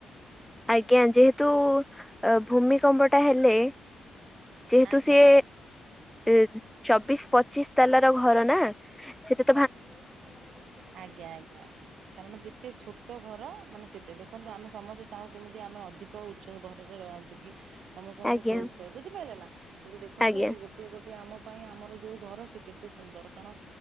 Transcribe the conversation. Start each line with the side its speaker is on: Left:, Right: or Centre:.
Centre: ଆଜ୍ଞା ଯେହେତୁ ଅ ଭୂମିକମ୍ପ ପଲେ ଯେ
Right: ଆଜ୍ଞା
Centre: ତୁ ଏ ଅ ଚବିଶ ପଚିଶ ତାଲା ର ଘର ନା ସେଟି
Right: ଆଜ୍ଞା ଆଜ୍ଞା କାରଣ ଯେତେ ଛୋଟ ଘର ମାନେ ସେତ ଦେଖନ୍ତୁ ଆମେ ସମସ୍ତେ ଚାହୁଁ କେମିତି ଆମେ ଅଧିକ ଉଚ୍ଚ ଘରରେ ରହନ୍ତିୁ କି ସମସ୍ତଙ୍କର
Centre: ଆଜ୍ଞା
Right: ସଉକ ଥାଏ ବୁଝିପାରିଲେ ନା କିନ୍ତୁ ଦେଖନ୍ତୁ
Centre: ଆଜ୍ଞା
Right: ଏଇ ଗୋଟେ ଗୋଟଏ ଆମ ପାଇଁ ଆମର ଯେଉଁ ଘର ସେ କେତେ ସୁନ୍ଦର କାରଣ